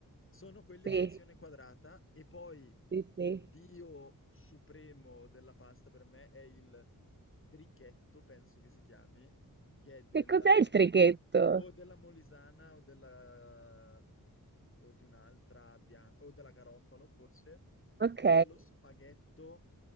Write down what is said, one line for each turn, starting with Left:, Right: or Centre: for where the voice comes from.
Left: sono quelli a
Right: Sì,
Left: sezione quadrata e poi
Right: sì,
Left: il
Right: sì.
Left: dio supremo della pasta per me è il trichetto, penso che si chiami, che è della
Right: Che cos'è il trichetto?
Left: o della Molisana o della o di un'altra bianca o della Garofalo forse,
Right: Ok,
Left: che è lo spaghetto